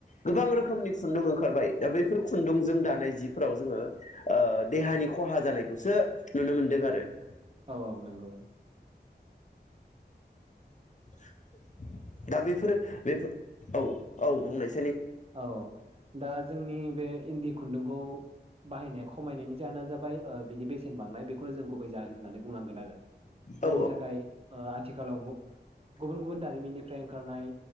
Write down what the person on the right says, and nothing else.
औ औ नोंगौ।
औ दा जोंनि बे इन्दि खुन्दुंखौ बाहायनाया खमायनायनि जहोना जाबाय ओ बिनि बेसेन बांनाय <unintelligible> <unintelligible> जों गुबै जाहोन होननानै बुंनांगोन आरो, जायनि
थाखाय ओ आथिखालाव म' गुबुन गुबुन दारिमिननि फ्राय ओंखारनाय